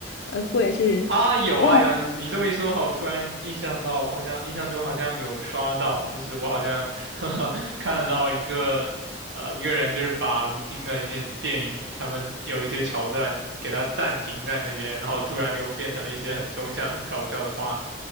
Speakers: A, on the left (about 65°); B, on the right (about 65°).
A: 呃，或者是忘。
B: 啊，有啊有啊你你这么一说的话我突然印象到，
A: 了。
B: 我好像印象中好像有刷到，就是我好像 <laughs> 看到一个呃一个人就是把吴京的一些电影，他们有一些桥段给他暂停在那边，然后突然就变成了一些很抽象、很搞笑的话，